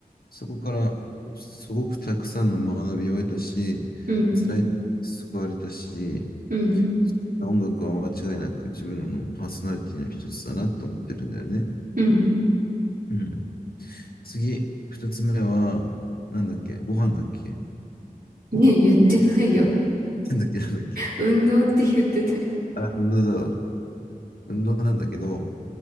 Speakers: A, on the left; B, on the right.
A: そこからすごくたくさんの学びを得たし、
B: うん。
A: 辛い時に救われたし、
B: うん。
A: 音楽は間違いなく自分のパーソナリティの一つだなと思ってるんだよね。
B: うん。
A: うん。次、二つ目は、なんだっけご飯だっけ
B: ねえ、言ってないよ。
A: なんだっけなんだっけ
B: 運動って言ってたよ。
A: あ、運動だわ。運動なんだけど、